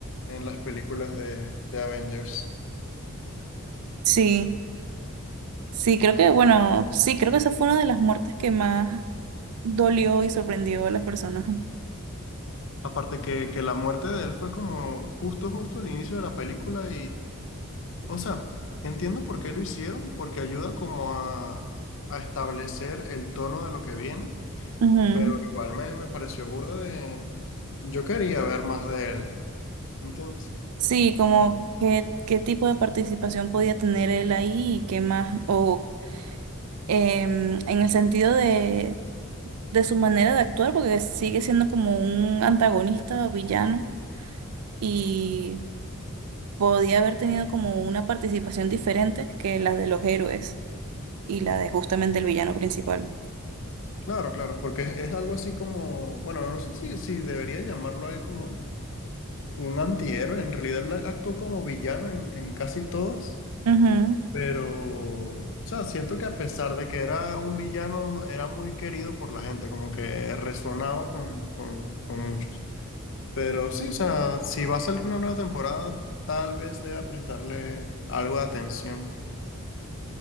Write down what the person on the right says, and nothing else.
Sí, sí, creo que, bueno, sí, creo que esa fue una de las muertes que más dolió y sorprendió a las personas.
Ujú.
Sí, como qué, qué tipo de participación podía tener él ahí y qué más, o em, en el sentido de, de su manera de actuar, porque sigue siendo como un antagonista o villano. Y podía haber tenido como una participación diferente que las de los héroes y la de justamente el villano principal.
Ujú.